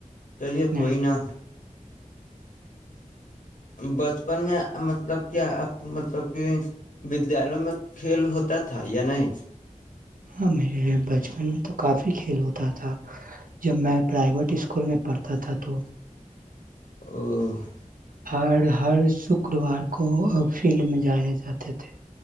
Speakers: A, on the left; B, on the right.
A: چلیے کوئی
B: نہیں
A: نا بچپن میں مطلب کیا مطلب کہ ودیالوں میں کھیل ہوتا تھا یا نہیں
B: ہاں میرے بچپن میں تو کافی کھیل ہوتا تھا جب میں پرائیویٹ اسکول میں پڑھتا تھا تو
A: <inaudible> <inaudible>
B: ہر ہر شکروار کو فیلڈ میں جائے جاتے تھے